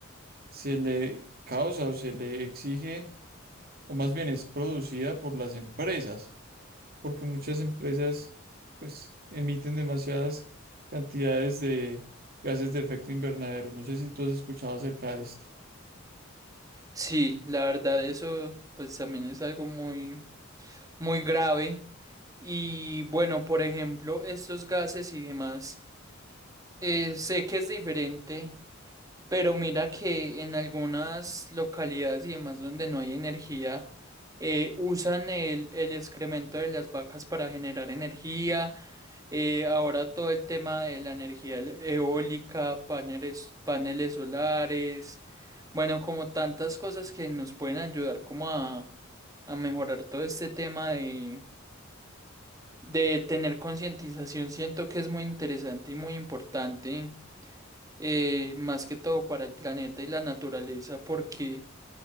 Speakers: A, on the right; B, on the right.
A: se le causa o se le exige, o más bien es producida por las empresas, porque muchas empresas pues emiten demasiadas cantidades de gases de efecto invernadero. No sé si tú has escuchado acerca de esto.
B: Sí, la verdad eso pues también es algo muy muy grave y bueno, por ejemplo, estos gases y demás, eh, sé que es diferente, pero mira que en algunas localidades y demás donde no hay energía, eh, usan el, el excremento de las vacas para generar energía eh, ahora todo el tema de la energía e- eólica, paneles, paneles solares, bueno, como tantas cosas que nos pueden ayudar como a, a mejorar todo este tema de, de tener concientización, siento que es muy interesante y muy importante, eh, más que todo para el planeta y la naturaleza, porque